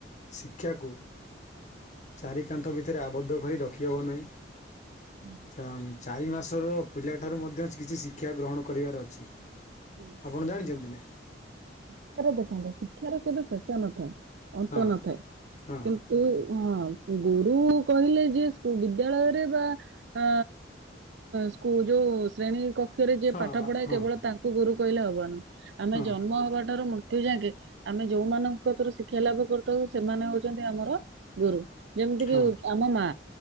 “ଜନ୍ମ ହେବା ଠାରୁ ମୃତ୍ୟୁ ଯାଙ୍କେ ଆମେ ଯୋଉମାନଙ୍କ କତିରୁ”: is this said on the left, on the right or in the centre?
Right